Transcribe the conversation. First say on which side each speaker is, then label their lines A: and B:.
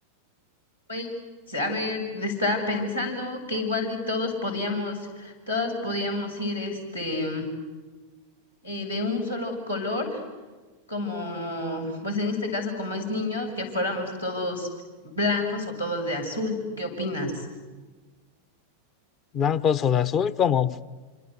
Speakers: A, on the left; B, on the left.
A: Pues, a ver, estaba pensando que igual y todos podíamos, todas podíamos ir este eh, de un solo color, como, pues en este caso, como es niños, que fuéramos todos blancos o todos de azul. ¿Qué opinas?
B: blancos o de azul, como,